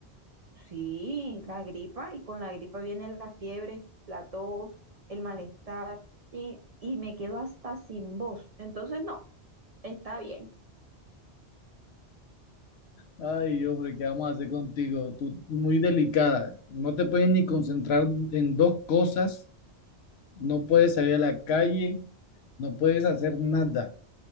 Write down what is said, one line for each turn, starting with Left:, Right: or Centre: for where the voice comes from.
Right: Sí, la gripa, y con la gripa viene la fiebre, la tos, el malestar, y, y me quedo hasta sin voz. Entonces, no, está bien.
Left: Ay, hombre, ¿qué vamos a hacer contigo? Tú muy delicada. No te puedes ni concentrar en dos cosas. No puedes salir a la calle. No puedes hacer nada.